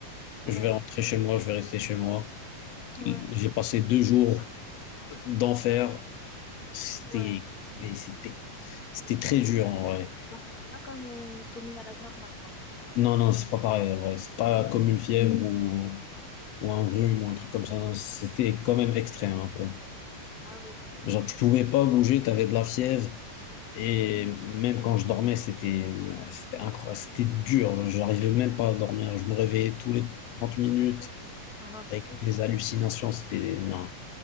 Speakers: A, on the left (about 25°); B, on the left (about 80°).
A: Ouais.
B: je vais rentrer chez moi, je vais rester chez moi.
A: Ouais.
B: J'ai passé deux jours d'enfer. C'était,
A: Ouais.
B: mais c'était, c'était très dur en vrai.
A: Bah, c'est Pas comme euh, Tommy malade normal, quoi.
B: Non, non, c'est pas pareil en vrai. C'est pas comme une fièvre ou, ou un rhume ou un truc comme ça. Non, C'était quand même extrême un peu.
A: Ah ouais, d'accord.
B: Genre, tu pouvais pas bouger, t'avais de la fièvre. Et
A: Mhm.
B: même quand je dormais, c'était, c'était incroyable. C'était dur. J'arrivais même pas à dormir. Je me réveillais tous les 30 minutes
A: Ouais. Ah non, c'est
B: avec
A: horrible
B: des
A: ça.
B: hallucinations. C'était, non.